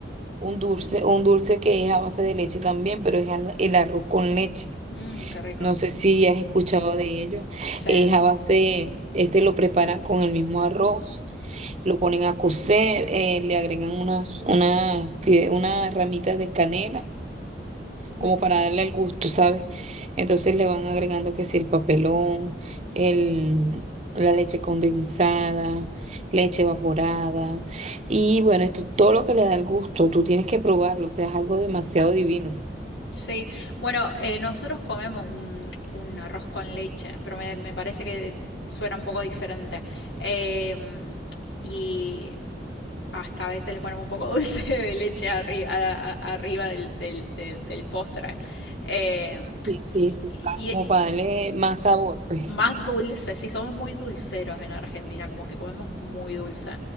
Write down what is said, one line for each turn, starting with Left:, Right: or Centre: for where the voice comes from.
Right: un dulce, un dulce que es a base de leche también, pero es al- el arroz con leche.
Left: Mm, qué rico.
Right: No sé si has escuchado de ellos.
Left: Sí.
Right: Es a base, este lo preparan con el mismo arroz, lo ponen a cocer, eh, le agregan unas, unas, pide- unas ramitas de canela, como
Left: Ujú.
Right: para darle el gusto, ¿sabes? Entonces le van agregando que si el papelón, el, la leche condensada, leche evaporada. Y bueno, esto todo lo que le da el gusto, tú tienes que probarlo, o sea, es algo demasiado divino,
Left: Sí, bueno, eh, nosotros comemos un, un arroz con leche, pero me, me parece que suena un poco diferente. Em, y hasta a veces le ponemos un poco <laughs> dulce de leche arri- arriba, del, del, de- del postre. Em,
Right: Ah, Sí, sí, sí,
Left: y,
Right: claro. como para darle más sabor, pues.
Left: más dulce, sí, somos muy dulceros en Argentina, como que comemos muy dulce.